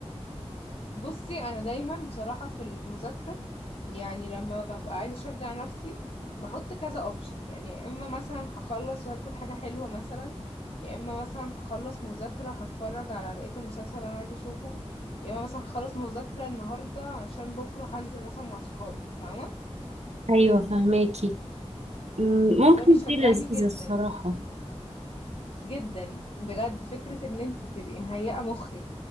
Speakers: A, on the left (about 75°); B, on the right (about 75°).
A: بصي انا دايما بصراحه في المذاكره يعني لما ببقى عايزه اشجع نفسي بحط كذا اوبشن يعني يا اما مثلا هخلص وهاكل حاجه حلوه مثلا يا اما مثلا هخلص مذاكره وهتفرج على بقيه المسلسل اللي انا عايزه اشوفه يا اما مثلا هخلص مذاكره النهارده عشان بكره هنزل مثلا مع صحابي فاهمه
B: ايوه فهماكي مم، ممكن
A: وده بيشجعني
B: دي لذيذه
A: جدا
B: الصراحه
A: جدا بجد فكرة ان انت تبقي مهيئة مخك